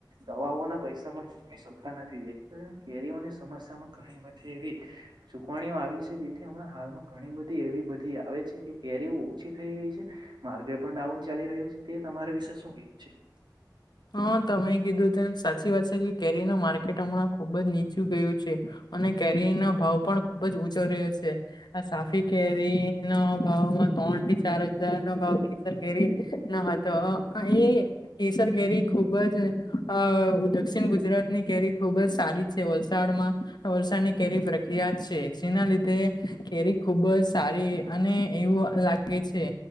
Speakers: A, on the right; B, on the left.
A: દવાઓના પૈસા પણ કે સમ્સામાં ઘણી બધી એવી ચૂકવણીઓ આવી છે. જેથી હમણાં હાલમાં ઘણી બધી એવી આવે છે કે કેરીઓ ઓછી થઈ ગઈ છે માર્કેટ પણ ડાઉન ચાલી રહ્યું છે તે તમારા વિશે શું કેવું છે? <inaudible>
B: હા, તમે કીધું તેમ સાચી વાત છે. કે કેરીનું માર્કેટ હમણાં ખુબ જ નીચું ગયું છે અને કેરીનો ભાવ પણ ખુબજ‌ ઉંચો રહ્યો છે, આ સાફી કેરીના ભાવમાં ચાર હજારનો ભાવ કેસર કેરીનો હતો અહીં કેસર કેરી ખુબ જ અ દક્ષિણ ગુજરાતની કેેરી ખુબજ સારી છે. વલસાડમાં વરસાદની કેરી પ્રખ્યાત છે. જેના લીધે તે કેરી ખુબ જ સારી અને એવું લાગે છે,